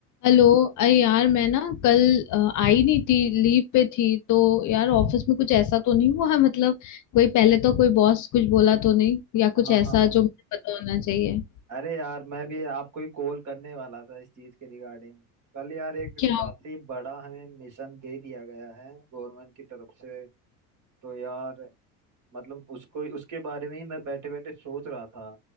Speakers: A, on the left; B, on the right.
A: Hello अरे यार मैं ना कल अ, आई नहीं थी लीव पे थी तो यार ऑफिस में कुछ ऐसा तो नहीं हुआ मतलब कोई पहले तो कोई बॉस कुछ बोला तो नहीं या
B: हाँ
A: कुछ ऐसा
B: हाँ
A: जो मुझे पता होना चाहिए
B: अरे यार मैं भी आपको ही कॉल करने वाला था इस चीज के रिगार्डिंग कल यार एक
A: क्या
B: काफी
A: होता
B: बड़ा हमें मिशन दे दिया गया है गवर्नमेंट की तरफ से तो यार मतलब उसको उसके बारे में ही मैं बैठे बैठे सोच रहा था